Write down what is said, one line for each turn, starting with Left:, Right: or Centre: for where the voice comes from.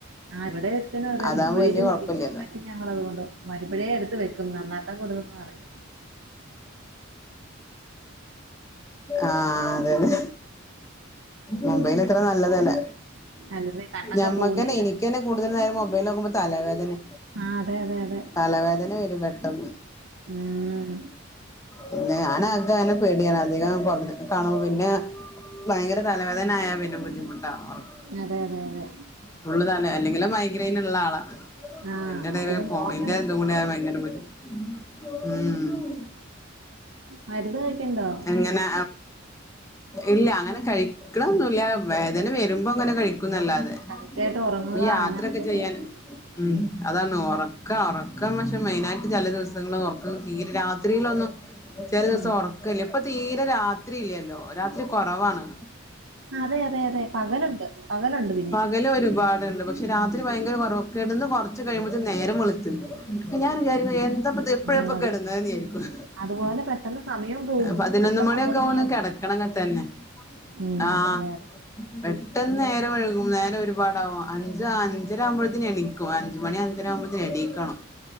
Right: ആഹ് ഇവിടെ ഒരുത്തനും അതെ
Left: അതാവുമ്പോ
Right: മൊബൈല്
Left: വല്യാ കൊഴപ്പല്ല
Right: മതി മാറ്റും ഞങ്ങൾ അതുകൊണ്ട് വരുമ്പോഴേ എടുത്ത് വെക്കും നന്നാക്കാൻ കൊടുത്തെന്ന് പറയും
Left: ആഹ് അതെതെ മൊബൈല് അത്ര നല്ലതല്ല
Right: അല്ലെന്നേ കണ്ണൊക്കെ
Left: ഞമ്മക്കന്നെ
Right: പോകുന്നേ കണ്ണിന്റെ
Left: എനിക്കെന്നെ കൂടുതൽ നേരം മൊബൈലോകുമ്പൊ തലവേദനെ
Right: ആഹ് അതെ അതെ അതെ
Left: തലവേദന വരും പെട്ടെന്ന്
Right: ഉം
Left: പിന്നെ ഞാന് ആകെ പേടിയാണ് അധികം കാണുമ്പോ പിന്നെ ഭയങ്കര തലവേ ദനായ പിന്നെ ബുദ്ധിമുട്ടാ ഒർക്ക്
Right: അതെ അതെ അതെ
Left: ഫുള്ള് തല അല്ലെങ്കിലെ മൈഗ്രൈയിന്ള്ള ആളാണ്
Right: ആഹ്
Left: അതിൻ്റെടീല്
Right: എന്നാ പിന്നെ
Left: ഫോണിന്റെത്കൂടായാ
Right: നോക്കണ്ട
Left: ഭയങ്കര ബുദ്ധിമുട്ടാ ഉം
Right: മരുന്ന് കഴിക്കണ്ടോ
Left: എങ്ങനെ ഇല്ല അങ്ങനെ കഴിക്ക്ണൊന്നുല്ല വേദന വെര്മ്പോ ങ്ങനെ കഴിക്കും ന്നല്ലാതെ
Right: കറക്റ്റ് ആയിട്ട് ഉറങ്ങുക
Left: ഈ യാത്രൊക്കെ
Right: അതിന് അങ്ങനത്തെയൊക്കെ
Left: ചെയ്യാൻ
Right: ഉള്ളു
Left: ഉം അതാണ് ഒറക്കാ ഒറക്കം പക്ഷെ മെയിനായിട്ട് ചെല ദിവസങ്ങള് ഒറക്കം തീരെ രാത്രിയിലൊന്നും ചെല ദിവസം
Right: ഉം
Left: ഒറക്കല്ല ഇപ്പൊ തീരെ രാത്രില്ലല്ലോ രാത്രി കൊറവാണ്
Right: അതെ അതെ അതെ പകല്ണ്ട് പകലുണ്ട് പിന്നിം
Left: പകല് ഒരുപാട്ണ്ട് പക്ഷെ രാത്രി ഭയങ്കര കൊറവാ കെട്ന്ന് കൊർച്ച് കഴിയുമ്പോത്തിന് നേരം വെള്ത്ത് ഞാൻ വിചാരിക്കും എന്താപ്പത് എപ്പഴപ്പ
Right: ആഹ് അതെ
Left: കെടന്ന്ന്ന് വിയാരിക്കും
Right: അതുപോലെ പെട്ടെന്ന് സമയം പോവും
Left: പതിനൊന്ന്
Right: പെട്ടെന്ന്
Left: മണിക്കെ
Right: ഒമ്പത്
Left: ആകും
Right: മണിയാവും
Left: ഒന്ന് കെടക്കണങ്കി തന്നെ
Right: ഉം
Left: ആഹ്
Right: അതെ അതെ
Left: പെട്ടെന്ന് നേരം വെഴ്കും നേരം ഒരുപാടാവും അഞ്ച് അഞ്ചര ആവുമ്പോത്തിനെണീക്കും അഞ്ച്മണി അഞ്ചരാവുമ്പോത്തിന് എണീക്കണം